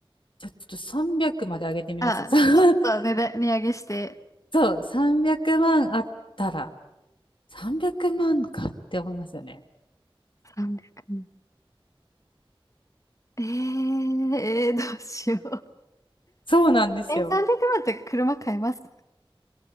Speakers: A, on the left; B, on the left.
A: じゃあちょっと300まで上げてみます。
B: あ、
A: <laughs>
B: ちょっと値段、値上げして。
A: そう、300万あったら、300万かって思いますよね。
B: 300うんえー、えーどうしよう。
A: そうなんですよ。
B: え、300万って車買えます